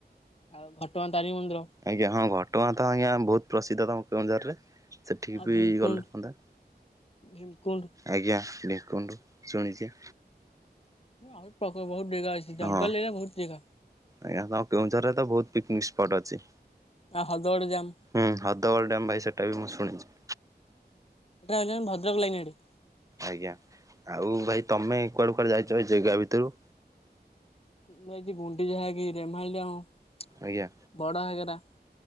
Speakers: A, on the left (about 35°); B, on the right (about 20°).
A: ଆଉ ଘଟଗାଁ ତାରିଣୀ ମନ୍ଦିର
B: ଆଜ୍ଞା। ହଁ ଘଟଗାଁ ତ ଆଜ୍ଞା ବହୁତ ପ୍ରସିଦ୍ଧ ତମ କେଉଁଝରରେ? ସେଠିକି
A: ଆଉ
B: ବି
A: ଭୀମକୁଣ୍ଡ
B: ଗଲେ ହୁଅନ୍ତା?
A: ଭୀମକୁଣ୍ଡ
B: ଆଜ୍ଞା। ଭୀମକୁଣ୍ଡୁ ଶୁଣିଛି?
A: ଆଖ ପାଖ ବହୁତ ଜେଗା ଅଛି ଜଙ୍ଗଲ
B: ହଁ
A: ଏରିଆ ବହୁତ ଜେଗା
B: ଆଜ୍ଞା ତମ କେଉଁଝରରେ ତ ବହୁତ ପିକ୍ନିକ ସ୍ପଟ୍ ଅଛି।
A: ଆଉ ହଦଗଡ ଡ୍ୟାମ୍
B: ହୁଁ ହଦଗଳ ଡ୍ୟାମ୍ ଭାଇ ସେଟା ବି ମୁଁ ଶୁଣିଛି?
A: ନାଇଁ ଆଜ୍ଞା ଭଦ୍ରକ ଲାଇନ ଏଇଠି।
B: ଆଜ୍ଞା। ଆଉ ଭାଇ ତମେ କୁଆଡେ କୁଆଡେ ଯାଇଚ ଭାଇ ଜେଗା ଭିତରୁ?
A: ମୁଁ ଏଇଟି ଗୁଣ୍ଡିଚା ଘାଇ କିି ରେମାଳି ଡ୍ୟାମ୍
B: ଆଜ୍ଞା
A: ବଡ଼ ଘାଗରା,